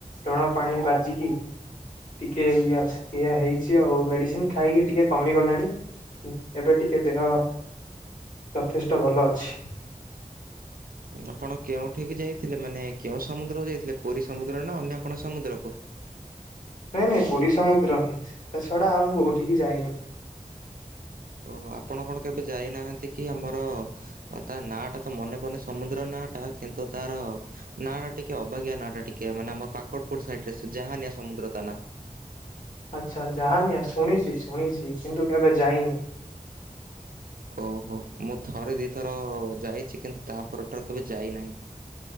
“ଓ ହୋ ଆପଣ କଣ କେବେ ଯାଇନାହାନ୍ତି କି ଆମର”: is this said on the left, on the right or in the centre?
Right